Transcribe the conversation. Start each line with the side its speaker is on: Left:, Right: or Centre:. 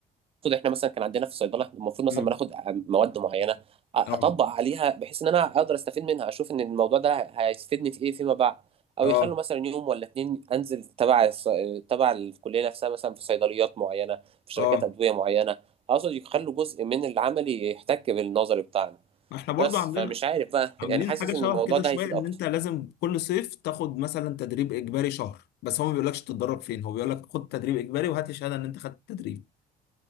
Right: المفروض احنا مثلا كان عندنا في الصيدله المفروض مثلا
Left: مم.
Right: بناخد مواد معينه أ- اطبق
Left: اه
Right: عليها بحيث ان انا اقدر استفيد منها اشوف ان الموضوع ده هيفيدني في ايه فيما بعد او
Left: اه
Right: يخلوا مثلا يوم ولا اتنين انزل تبع الص... تبع الكليه نفسها مثلا في صيدليات معينه في شركات
Left: اه
Right: ادويه معينه اقصد يخلوا جزء من العملي يحتك بالنظري بتاعنا
Left: ما احنا برضو
Right: بس
Left: عندنا
Right: فمش عارف بقى
Left: عاملين
Right: يعني حاسس
Left: حاجه شبه
Right: ان الموضوع
Left: كده
Right: ده
Left: شويه
Right: هيفيد
Left: ان
Right: اكتر
Left: انت لازم كل صيف تاخد مثلا تدريب اجباري شهر بس هو ما بيقولكش تتدرب فين هو بيقول لك خد تدريب اجباري وهات لي شهاده ان انت خدت تدريب